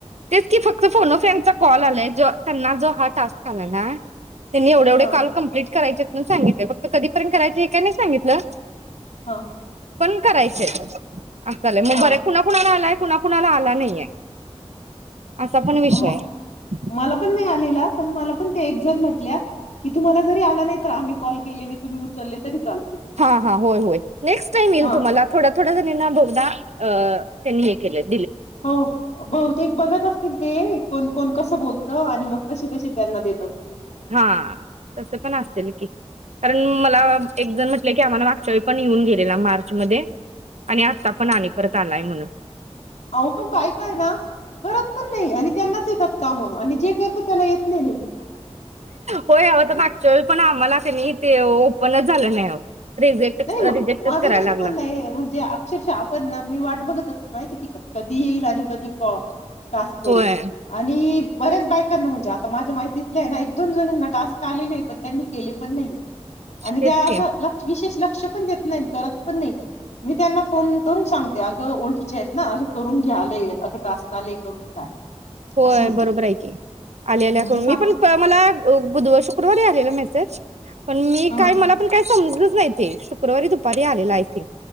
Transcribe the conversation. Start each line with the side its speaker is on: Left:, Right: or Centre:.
Right: तेच की फक्त फोन अ फ्रेंचा कॉल आलाय, जो त्यांना जो हा टास्क आलाय ना त्यांनी एवढे एवढे
Left: हा
Right: काॅल कमप्लीट करायचेत. न सांगितलं फक्त कधीपर्यं करायचे हे काय नाही सांगितलं.
Left: हा.
Right: पण करायचंय असं झालंय,
Left: हा
Right: मग बरे कुणा कुणाला आलाय? कुणा कुणाला आला नाहीये. असा पण विषय
Left: म
Right: आहे.
Left: मला पण नाही आलेला पण मला पण ते एक जण म्हट या की तुम्हाला जरी आला नाहीतर आम्ही कॉल केलेले तुम्ही उचलले तरी चाल
Right: हा हा, होय होय नेक्स्ट टाईम येईल
Left: हा
Right: तुम्हाला थोड्या थोड्या जणीना बहु दा अ त्यांनी हे केलेत.
Left: हो बहुतेक बघत असतील ते ए कोण कोण कसं बोलतं आणि मग तशी तशी त्यांना देतात.
Right: हा तस पण असेल की, कारण मला एकजण म्हटले की आम्हाला मा चल पण येऊन गेलेला मार्च मध्ये आणि आत्ता पण आणि परत आलाय म्हण
Left: अव काही काही ना करत पण नाही आणि त्यांनाच येतात काम आणि जे कर त्याला येत नाही
Right: होय हवं तर
Left: बाई.
Right: मागच्या वेळी पण आम्हाला का नाही ते ओपनच झालं नाही अहो रिजेक्ट
Left: नाही
Right: रिजेक्टच
Left: ममाझ
Right: करायला
Left: कस
Right: लागला
Left: म्हणण म्हणजे अक्षरशः आपण ना मी वाट बघत असत माहिती तक कधी येईल आणि कधी क टास्क करू
Right: होय
Left: आणि बऱ्याच बायकांना म्हणजे आता माझ्या माहितीतल्या आहे ना एक दोन जणीना टास्क आले नाही, पण त्यांनी केले पण नाही. आणि
Right: तेच
Left: त्या
Right: की
Left: असं लक्ष विशेष ल लक्ष पण देत नाहीत करत पण नाही मी त्यांना फोन करून सांगते अगं ओळखीच्या आहेत ना अग करून घ्या आले अग टास्क आले करून घ्या.
Right: होय
Left: असं होतं
Right: बरोबर आहे की, आल्या आल्या
Left: म्हणजे
Right: करून
Left: सांग
Right: मी पण मला बुधवार शु क्रवारी आलेला मेसेज पण मी काय
Left: ह
Right: मला पण काय समजच नाही ते शुक्रवारी दुपारी आलेला आय थिंक